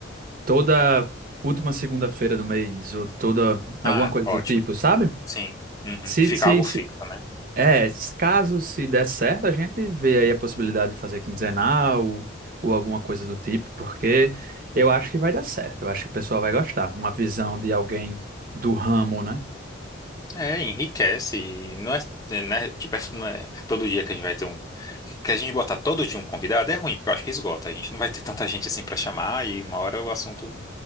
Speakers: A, on the right; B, on the left.
A: toda última segunda-feira do mês, ou toda alguma
B: Ah,
A: coisa
B: ótimo.
A: do tipo, sabe?
B: Sim. Uhum.
A: Se,
B: Fica
A: se,
B: algo
A: se
B: fixo, né?
A: É, s- caso se der certo, a gente vê aí a possibilidade de fazer quinzenal ou, ou alguma coisa do tipo, porque eu acho que vai dar certo, eu acho que o pessoal vai gostar. Uma visão de alguém do ramo, né?
B: É, enriquece. E não é, é, né, tipo, é- não é todo dia que a gente vai ter um. Que a gente botar todo dia um convidado é ruim, porque eu acho que esgota. A gente não vai ter tanta gente assim pra chamar e uma hora o assunto,